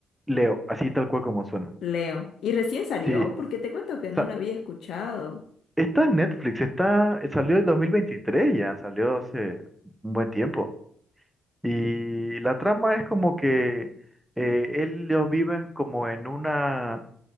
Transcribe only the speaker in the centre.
Leo, así tal cual como suena.
Sí,
sa-
está en Netflix, está, salió en 2023 ya, salió hace un buen tiempo. Y la trama es como que eh, ellos viven como en una,